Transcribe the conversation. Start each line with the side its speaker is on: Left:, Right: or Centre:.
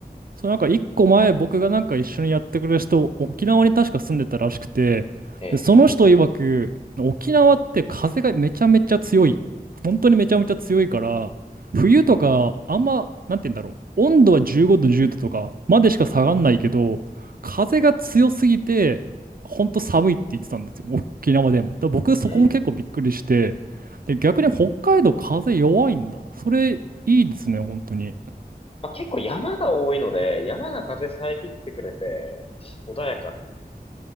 Right: そう、なんか一個前僕がなんか一緒にやってくれる人、沖縄に確か住んでたらしくて、
Left: ええ。
Right: で、その人曰く、沖縄って風がめちゃめちゃ強い。本当にめちゃめちゃ強いから、冬とかあんま、なんて言うんだろう。温度は15度、10度とかまでしか下がんないけど、
Left: はい
Right: 風が強すぎて、
Left: ね
Right: 本当寒いって言ってたんですよ。沖縄でも。だから僕そこも結構びっくりして、
Left: うん。
Right: で、逆に北海道風弱いんだ。それいいですね、本当に。
Left: まあ、結構山が多いので、山が風遮ってくれて、穏やかな